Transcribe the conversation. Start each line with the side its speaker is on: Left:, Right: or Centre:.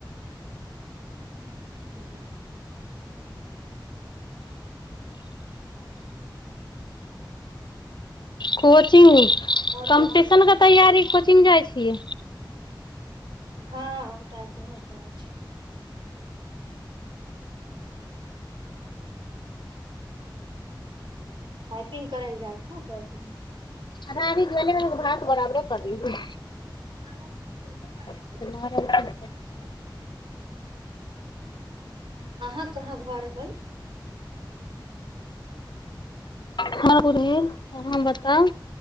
Right: अपना मन से नै रहय।
Left: कोचिंग
Right: आओर
Left: कम्पटिशन
Right: बतैयौ
Left: के तैयारी कोचिंग जाए छियै।
Right: हां पैकिंगो करय छै। पैकिंग करल लै जाए छै नै <unintelligible>
Left: अधा अभी जे एलय हें बात बराबरे परले।
Right: <unintelligible> पता यै।
Left: से मारय लागलय।
Right: <unintelligible> अहां कहाँ घर भेल।
Left: <unintelligible> अहां बताव